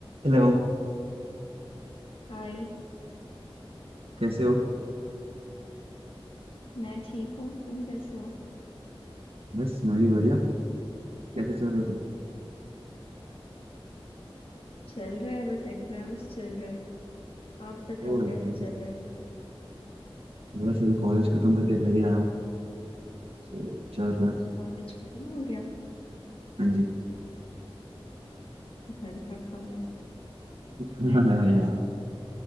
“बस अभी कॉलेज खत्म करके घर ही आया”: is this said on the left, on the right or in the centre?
Right